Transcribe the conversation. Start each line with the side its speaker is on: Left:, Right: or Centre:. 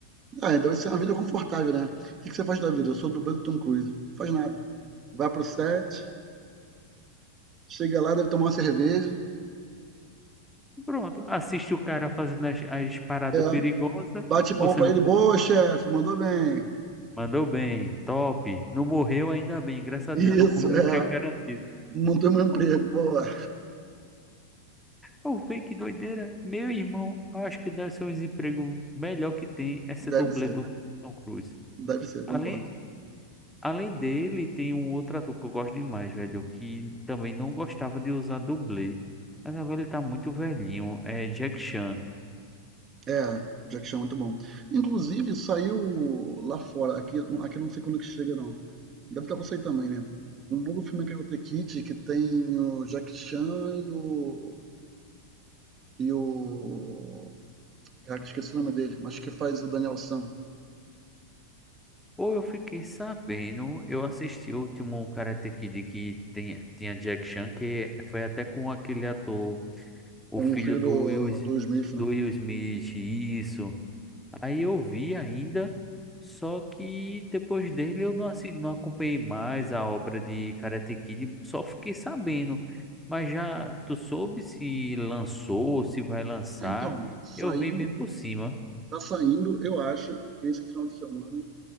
Right: Ah, é, deve ser uma vida confortável, né? O que que você faz da vida? Eu sou dublê do Tom Cruise. Faz nada. Vai pro set, chega lá, deve tomar uma cerveja.
Centre: Pronto, assiste o cara fazendo as, as paradas
Right: É.
Centre: perigosas,
Right: Bate palma
Centre: você
Right: pra
Centre: não
Right: ele.
Centre: precisa.
Right: Boa, chefe, mandou bem.
Centre: Mandou bem, top. Não morreu ainda bem, graças
Right: <laughs>
Centre: a
Right: Isso,
Centre: Deus. Tô com meu
Right: é.
Centre: emprego garantido.
Right: Mantém meu emprego.
Centre: Pô,
Right: Boa.
Centre: Eu vi que doideira. Meu irmão, acho que deve ser um emprego melhor que tem essa
Right: Deve
Centre: dublê
Right: ser,
Centre: do Tom Cruise.
Right: deve ser, concordo.
Centre: Além, além dele, tem um outro ator que eu gosto demais, velho, que também não gostava de usar dublê. Mas agora ele tá muito velhinho, é Jack Chan.
Right: É, Jack Chan é muito bom. Inclusive, saiu lá fora, aqui, aqui eu não sei quando que chega, não. Deve estar para sair também, né? Um novo filme que é o The Kid que tem o Jack Chan e o. E o. Caraca, esqueci o nome dele, mas que faz o Daniel San,
Centre: Ou eu fiquei sabendo, eu assisti o último Karate Kid que tem, tinha Jack Chan, que foi até com aquele ator. o
Right: com
Centre: filho
Right: o filho
Centre: do
Right: do,
Centre: Will,
Right: do Will Smith, né?
Centre: do Will Smith, isso. Aí eu vi ainda, só que depois dele eu não, assi- não acompanhei mais a obra de Karate Kid, só fiquei sabendo. Mas já tu soube se lançou, se vai lançar?
Right: Então, saiu,
Centre: Eu vi bem por cima,
Right: tá saindo, eu acho, que esse final de semana